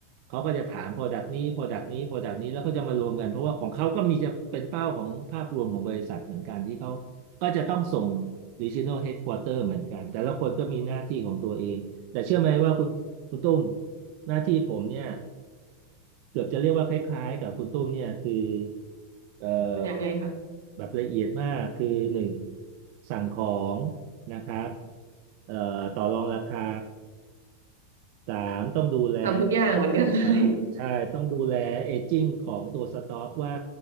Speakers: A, on the right; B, on the right.
A: เขาก็จะถาม Product นี้ Product นี้ Product นี้แล้วก็จะมารวมกันเพราะว่าของเขาก็มีจะเป็นเป้าของภาพรวมของบริษัทเหมือนกันที่เขาก็จะต้องส่ง Regional Headquarter เหมือนกันแต่ละคนก็มีหน้าที่ของตัวเองแต่เชื่อไหมว่าคุณคุณตุ้มหน้าที่ผมเนี่ย เกือบจะเรียกว่าคล้ายๆกับคุณตุ้มเนี่ยคือเอ่อ
B: ๆมันยังไงคะ
A: แบบละเอียดมากคือหนึ่งสั่งของนะครับเอ่อต่อรองราคาสามต้องดูแล
B: ทำทุกอย่างเหมือนกันเลย
A: เอ่อใช่ต้องดูแลเอจจิ้งของตัวสต็อกว่า